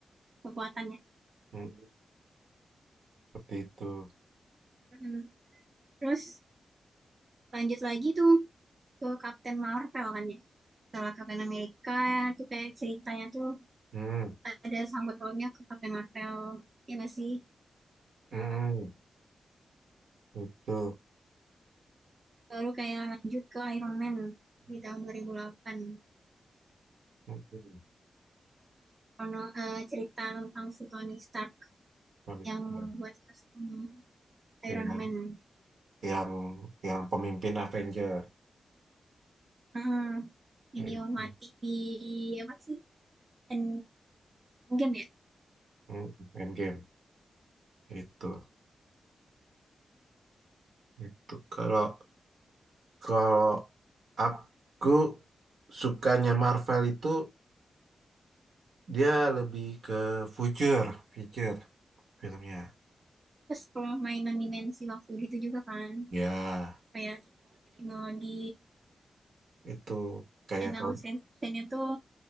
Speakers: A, on the right; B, on the right.
A: kekuatan ya
B: hmm, seperti itu
A: Mm. terus lanjut lagi tuh ke Captain Marvel kan ya setelah Captain Amerika tuh kayak ceritanya tuh
B: hmm,
A: ada sangkut pautnya ke Captain Marvel ya masih. sih
B: hmm, itu
A: baru kayak lanjut ke Iron Man di tahun 2008.
B: hmm.
A: Kono, eh, cerita tentang si Tony Stark
B: Manusia.
A: yang membuat kostum Iron
B: yang
A: Man
B: yang yang pemimpin Avenger
A: Mm.
B: Mm,
A: ini mati di apa sih dan game ya
B: mm, main game itu itu kalau kalau aku sukanya Marvel itu dia lebih ke future future filmnya
A: terus permainan dimensi waktu gitu juga kan
B: ya
A: kayak teknologi-teknologi
B: itu kayak
A: emang
B: kalau
A: science fictionnya tuh